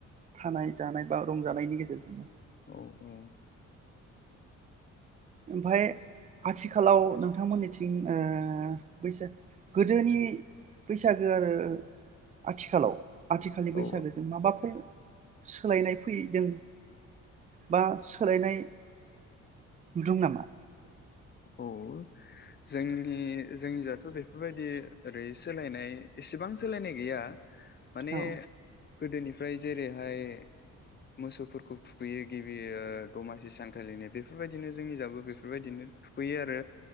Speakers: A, on the right (about 25°); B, on the left (about 35°).
A: थानाय जानाय बा रंजानायनि गेजेरजोंनो
B: औ औ।
A: ओमफाय आथिखालाव नोंथां नोंथांमोननिथिं ओ बैस गोदोनि बैसागो आरो आथिखालाव आथिखालनि बैसागोजों
B: औ
A: माबाफोर सोलायनाय फैदों बा सोलायनाय नुदों नामा?
B: औ जोंनि जोंनि जाथ' बेफोरबायदि ओरै सोलायनाय एसेबां सोलायनाय गैया। माने
A: औ
B: गोदोनिफ फ्राय जेरैहाय मोसौफोरखौ थुखैयो गिबि ओ दमासि सानखालिनो बेफोरबायदिनो जोंनि जाबो बेफोरबायदिनो। थुखैयो आरो।